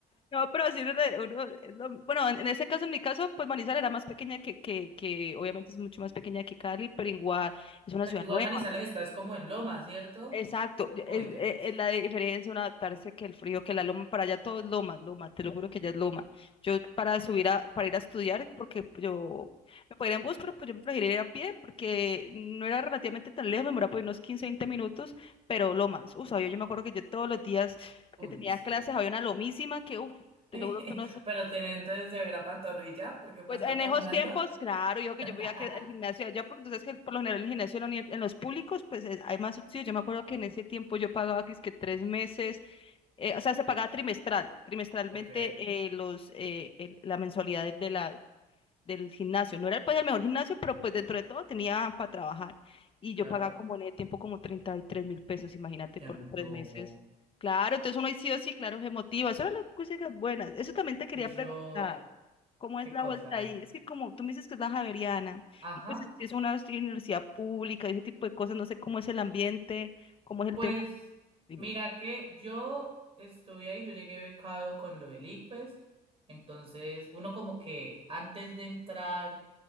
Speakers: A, on the left; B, on the right.
A: No, pero sí, uno, de- uno es lo- bueno, en, en ese caso, en mi caso, pues Manizales era más pequeña que, que, que, obviamente es mucho más pequeña que Cali, pero igual es una
B: Pero
A: ciudad
B: igual
A: nueva.
B: Manizales está, es como en Loma, ¿cierto?
A: Exacto, yo-
B: Uy,
A: es,
B: qué
A: e-
B: presa.
A: es la diferencia un adaptarse que el frío, que la loma, para allá todo es loma, loma, te lo juro que ya es loma. Yo para subir a, para ir a estudiar, porque yo me podía ir en bus, pero pues yo prefería ir a pie, porque no era relativamente tan lejos, me demoraba por unos 15, 20 minutos, pero lomas, uff, yo, yo me acuerdo que yo todos los días
B: Uy,
A: que tenía
B: sí.
A: clases había una lomísima que, uff,
B: <laughs>
A: te lo juro que uno se
B: Pero tiene entonces se pantorrilla, porque para
A: pues
B: estar
A: en
B: caminando.
A: esos tiempos, claro, yo que
B: <laughs>
A: yo voy a que al gimnasio allá, porque tú sabes que por lo general el gimnasio en la uni- en los públicos, pues es- hay más subsidios. Yo me acuerdo que en ese tiempo yo pagaba que es que tres meses, eh, o sea, se pagaba trimestral, trimestralmente
B: Ok,
A: eh, los eh, el- la mensualidad del- de la, del gimnasio. No era pues el mejor gimnasio, pero pues dentro de todo tenía para trabajar. Y
B: claro.
A: yo pagaba como en el tiempo como treinta y tres mil pesos, imagínate,
B: Qué
A: por
B: antojo.
A: tres meses. Claro, entonces uno sí o sí, claro, se motiva. Eso eran las cosas buenas. Eso también te quería
B: Yo,
A: preguntar. ¿Cómo
B: qué
A: es la
B: cosa.
A: vuelta ahí? Es que como tú me dices que es la Javeriana,
B: Ajá.
A: y pues es es una universidad pública y ese tipo de cosas, no sé cómo es el ambiente, cómo es el
B: Pues
A: tema de
B: mira que yo estuve ahí, yo llegué becado con lo del ICFES, entonces uno como que antes de entrar